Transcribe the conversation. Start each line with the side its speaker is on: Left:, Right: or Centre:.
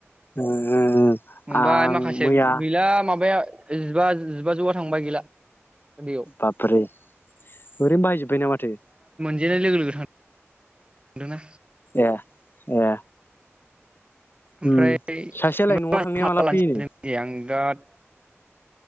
Left: ओ
Right: मोनबाय
Left: आं
Right: माखासे
Left: मैया
Right: गैला माबाया जिबा जिबाजौआ थांबाय गैला। उन्दैयाव
Left: बाब्रे ओरैनो बाहायजोब्बायना माथो
Right: देनाय लोगो लोगो थां थांदों ना
Left: ए ए
Right: ओमफ्राय
Left: उम
Right: <inaudible>
Left: सासेयालाय न'आव थांनाया माला
Right: आं
Left: फैयोनो
Right: बिराद